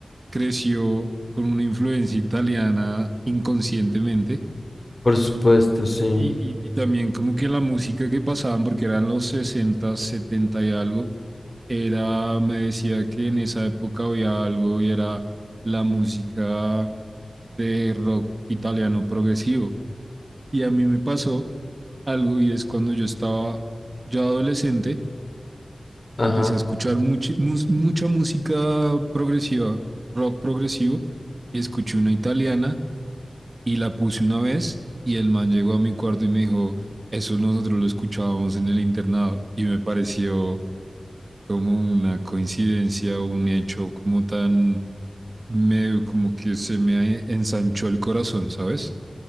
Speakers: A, on the right; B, on the left.
A: creció con una influencia italiana inconscientemente
B: Por supuesto, sí.
A: y, y- y también como que la música que pasaban, porque eran los 60 70 y algo, era, me decía que en esa época había algo y era la música de rock italiano progresivo. Y a mí me pasó algo y es cuando yo estaba ya adolescente,
B: Ajá.
A: empecé a escuchar muchi- mus- mucha música progresiva, rock progresivo, y escuché una italiana y la puse una vez y el man llegó a mi cuarto y me dijo, eso nosotros lo escuchábamos en el internado y me pareció como una coincidencia, un hecho como tan, me, como que se me ensanchó el corazón, ¿sabes?